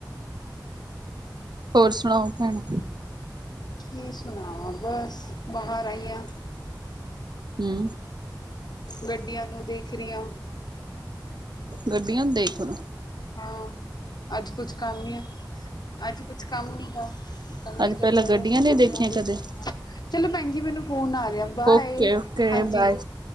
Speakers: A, on the right (about 70°); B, on the left (about 65°).
A: ਹੋਰ ਸੁਣਾਓ, ਭੈਣ?
B: ਕੀ ਸੁਣਾਵਾਂ, ਬੱਸ ਬਾਹਰ ਆਈ ਆ।
A: ਹਮ।
B: ਗੱਡੀਆਂ ਨੂੰ ਦੇਖ ਰਹੀ ਹਾਂ
A: ਗੱਡੀਆਂ ਦੇਖਣ
B: ਹਾਂ, ਅੱਜ ਕੁਛ ਕੰਮ ਨੀ ਆ। ਅੱਜ ਕੁਛ ਕੰਮ ਨ ਗਾ, ਤਾਂ ਮੈਂ
A: ਅੱਜ
B: ਕਿਹਾ
A: ਪਹਿਲਾਂ
B: ਚਲੋ
A: ਗੱਡੀਆਂ ਨਹੀਂ
B: ਗ਼ਡੀਆਂ
A: ਦੇਖੀਆਂ
B: ਵੇਖੀਐ।
A: ਕਦੇ
B: ਚਲੋ ਭੈਣ ਜੀ, ਮੈਨੂੰ ਫੋਨ ਆ ਰਿਹਾ, ਬਾਏ,
A: ਓਕੇ ਓਕੇ
B: ਹਾਂਜੀ।
A: ਬਾਏ